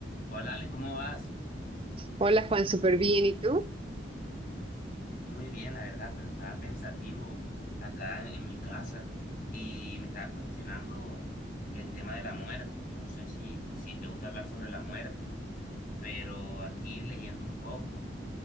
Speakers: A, on the left; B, on the right.
A: Hola Ale, ¿cómo vas?
B: Hola Juan, súper bien. ¿Y tú?
A: Muy bien, la verdad, pero estaba pensativo acá en, en mi casa y me estaba cuestionando el tema de la muerte. No sé si, si te gusta hablar sobre la muerte, pero aquí leyendo un poco